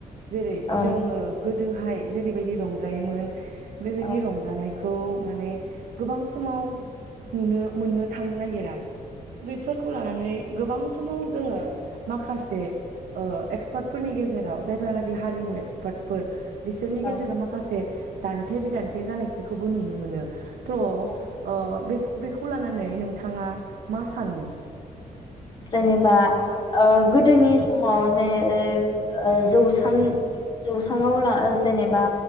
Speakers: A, on the right (about 80°); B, on the left (about 30°).
A: जेरै
B: औ
A: जोङो गोदोहाय जेरैबायदि रंजायोमोन। बेबायदि
B: औ
A: रंजानाय खौ माने गोबां समाव नुनो मोननो थांनो नागिरा। बेफोरखौ लानानै गोबां समाव जोङो माखासे ओ एक्सपार्टफोरनि गेजेराव जायफ्रानाखि हारिमु एक्सपार्टफोर बिसोरनि
B: औ
A: गेजेराव माखासे दान्थे बिदान्थे जानायफोरखौबो नुनो मोनो। थ' ओ
B: औ
A: बेफो बेखौ लानानै नोंथाङा मा सानो?
B: जेनेबा ओ गोदोनि समाव जेन ओ ओ जौसां जौसाङाव ला जेनेबा